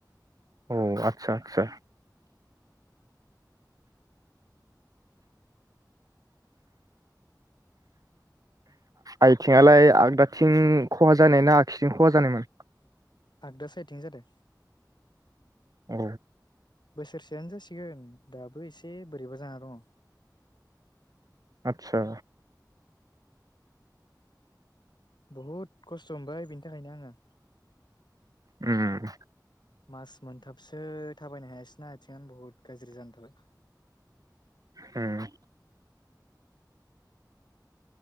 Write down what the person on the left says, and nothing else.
आगदा साइटिं जादों
बोसोरसेयानो जासिगोन दाबो एसे बोरैबा जाना दङ
बहुद खस्थ' मोनबाय बिनि थाखायनो आङो
मास मोनथाबसो थाबायनो हायासैना आथिङानो बुहुत गाज्रि जाना थाबाय